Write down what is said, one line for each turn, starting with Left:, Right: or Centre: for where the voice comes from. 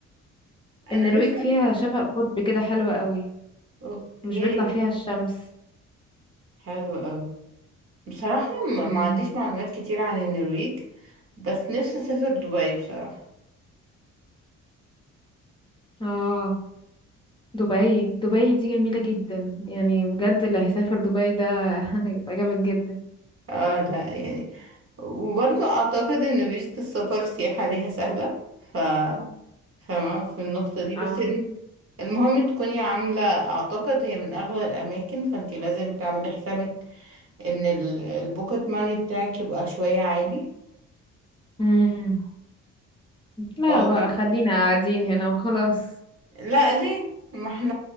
Right: انا
Left: النرويج
Right: نفسي
Left: فيها شفق قطب كده حلوة قوي
Right: اوكي
Left: مش بيطلع فيها الشمس
Right: حلو قوي بصراحة ما ما
Left: مم.
Right: عنديش معلومات كتير عن النرويج بس نفسي اسافر دبي بصراحة
Left: اه دبي دبي دي جميلة جدا يعني بجد اللي هيسافر دبي ده <laughs> هيبقى جامد جدا
Right: اه لا يعني وبرضه اعتقد ان فيزة السفر سياحة ليها سهلة ف فاهمة في النقطة دي بس
Left: اه
Right: الم- المهم تكوني عاملة اعتقد هي من اغلى الاماكن فانتي لازم تعملي حسابك ان ال- البوكت ماني بتاعك يبقى شوية عالي
Left: مم. لا
Right: اه
Left: بقى خلينا قاعدين هنا وخلاص
Right: لا ليه ما احنا